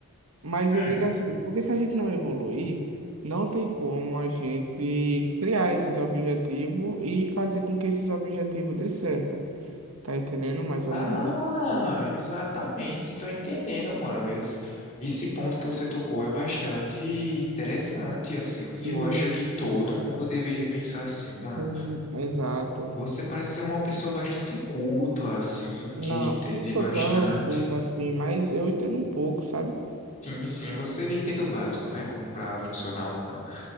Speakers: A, on the right; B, on the left.
A: Mas
B: Hum.
A: eu digo assim, porque se a gente não evoluir, não tem como a gente criar esses objetivos e fazer com que esses objetivos dê certo. Tá entendendo mais ou
B: Ah,
A: menos assim?
B: exatamente. Tô entendendo, mano. Esse, esse ponto que você tocou é bastante interessante, assim.
A: Sim,
B: Eu acho que todo mundo deveria pensar assim, mano.
A: sim, exato.
B: Você parece ser uma pessoa bastante culta, assim,
A: Não,
B: que entende
A: não sou
B: bastante.
A: tão culto assim, mas eu entendo um pouco, sabe?
B: Sim, sim, você entende o básico, né? Como pra funcionar uma.